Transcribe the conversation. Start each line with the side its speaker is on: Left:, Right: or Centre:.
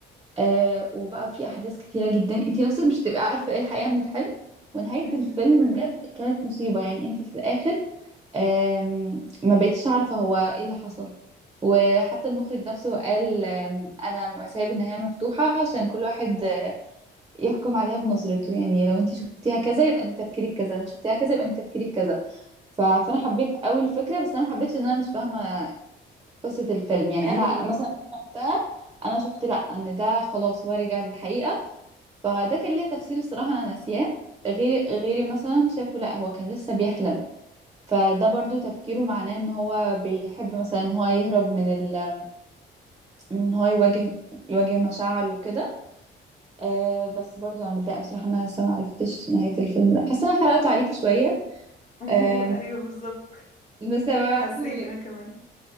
Right: آه وبقى في احداث كتيرة جدا انتي نفسك مش هتبقي عارفة ايه الحقيقة من الحلم ونهاية
Left: مهم.
Right: الفيلم بجد كانت مصيبة يعني انتي في الاخر آم، ما بقيتش عارفة هو ايه اللي حصل وحتى المخرج نفسه قال آم، انا سايب النهاية مفتوحة عشان كل واحد آه، يحكم عليها بنظرته يعني لو انت شفتيها كذا يبقى انت تفكيرك كذا لو انت شفتيها كذا يبقى انت تفكيرك كذا ف- فانا حبيت قوي الفكرة بس انا ما حبيتش ان انا مش فاهمة قصة الفيلم يعني
Left: ايوه
Right: انا مثلا وقتها انا شفت لا ان ده خلاص هو رجع للحقيقة فده كان ليها تفسير الصراحة انا ناسياه غيري غيري مثلا شافوا لا هو كان لسه بيحلم فده برضو تفكيره معناه ان هو بيحب مثلا ان هو يهرب من ال... من ان هو يواجه يواجه مشاعره وكده آه بس برضو انا متضايقه بصراحه إن انا لسه ما عرفتش نهايه الفيلم ده حاسه انا حرقته عليكي شويه
Left: <laughs>
Right: آه
Left: ايوه بالظبط
Right: بس هبعتهولك
Left: حسيت انا كمان